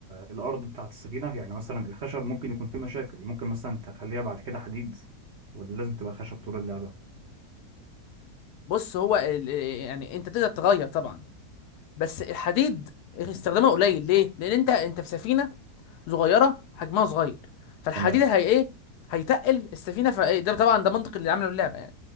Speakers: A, on the right; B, on the left.
A: الارض بتاعت السفينه يعني مثلا الخشب ممكن يكون فيه مشاكل ممكن مثلا تخليها بعد كده حديد ولا لازم تبقى خشب طول اللعبه
B: بص هو ال... آه، يعني انت تقدر تغير طبعا بس الحديد استخدامه قليل ليه لان انت انت في سفينه صغيره حجمها صغير فالحديد
A: تمام
B: هي ايه هيتقل السفينه فايه ده طبعا ده منطق اللي عملوا اللعبه يعني